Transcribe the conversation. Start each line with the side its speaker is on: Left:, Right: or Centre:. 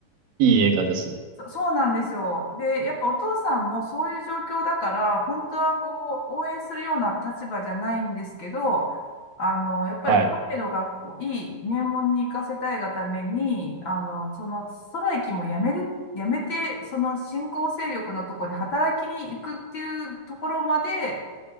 Right: いい映画ですね。
Left: そ、そうなんですよ。で、やっぱお父さんもそういう状況だから、本当はこう、応援するような立場じゃないんですけど、あの、やっぱりバレエの学校、
Right: はい。
Left: いい名門に行かせたいがために、あの、そのストライキもやめる、やめて、その新興勢力のところに働きに行くっていうところまで、